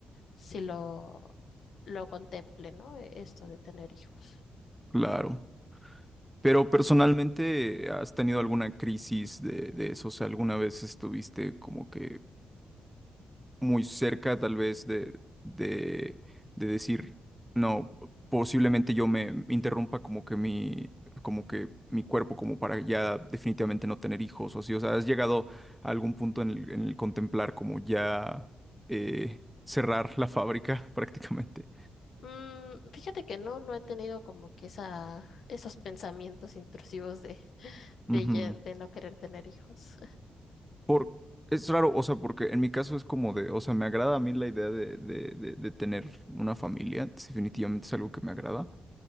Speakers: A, on the left; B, in the centre.
A: sí lo, lo contemple, ¿no? E, Esto de tener hijos.
B: Claro. Pero personalmente, ¿has tenido alguna crisis de, de eso? O sea, ¿alguna vez estuviste como que muy cerca tal vez de, de, de decir, no, posiblemente yo me interrumpa como que mi, como que mi cuerpo como para ya definitivamente no tener hijos o así? O sea, ¿has llegado a algún punto en el, en el contemplar como ya eh, cerrar la fábrica <laughs> prácticamente?
A: Mm, fíjate que no, no he tenido como que esa, esos pensamientos intrusivos de, de,
B: Ujú.
A: ye- de no querer tener hijos.
B: Por, es raro, o sea, porque en mi caso es como de, o sea, me agrada a mí la idea de, de, de, de tener una familia, es definitivamente es algo que me agrada,